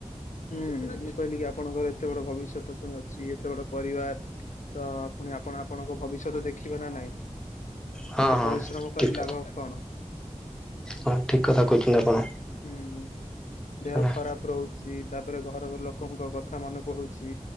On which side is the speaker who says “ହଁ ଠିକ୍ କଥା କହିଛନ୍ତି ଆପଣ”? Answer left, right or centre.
Centre